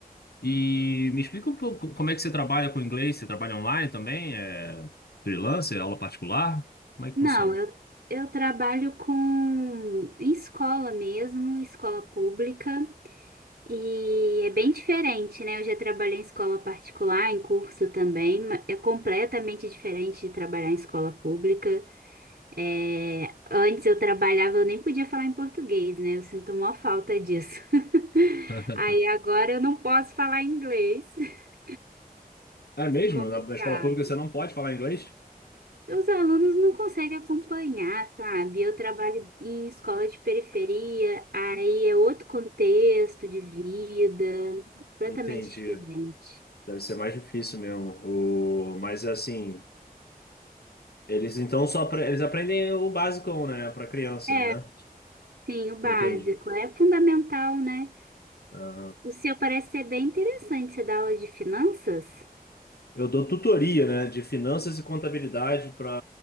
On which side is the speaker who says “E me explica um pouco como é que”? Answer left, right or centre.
Left